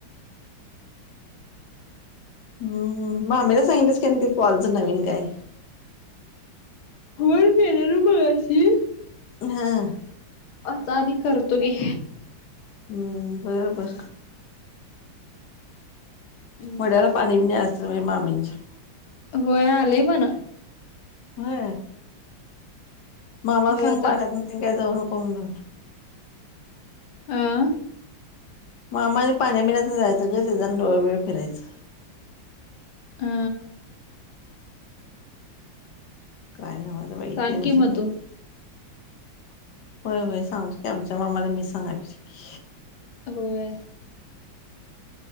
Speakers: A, on the left; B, on the left.
A: हम्म, हम्म मामीला सांगितलस का ते कॉलचं नवीन काय
B: <unintelligible> फोन केलेलो मघाशी
A: ह
B: आता आणि करतो गे
A: हम्म बरं, बरं
B: हम्
A: ओढ्याला पाणी बिनी असत व्हय मामींच्या
B: होय आलय म्हण
A: होय मामाला
B: होय
A: सांग
B: आता
A: पाण्यातन तेन काय जाऊ नको म्हणून
B: ह
A: मामान आणी पाण्याबीण्यातन जायचं ग त्याज आणि डोळ, बिळे फिरायचं
B: अ
A: काही नाही माझं बाई
B: सांग
A: टेन्शनच
B: की मग तू.
A: होय, होय सांगतो की आमच्या मामाला मी सांगाय पाहिजे की
B: होय.